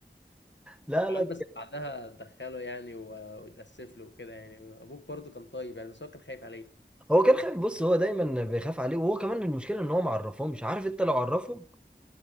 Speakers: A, in the centre; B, on the left.
A: لا
B: يا
A: لا
B: عم
A: دي-
B: بس بعدها دخله يعني و- واتأسف له وكده يعني أبوك برضو كان طيب يعني بس هو كان خايف عليه
A: هو كان خايف بص هو دايما بيخاف عليه وهو كمان المشكله ان هو ما عرفهمش عارف انت لو عرفهم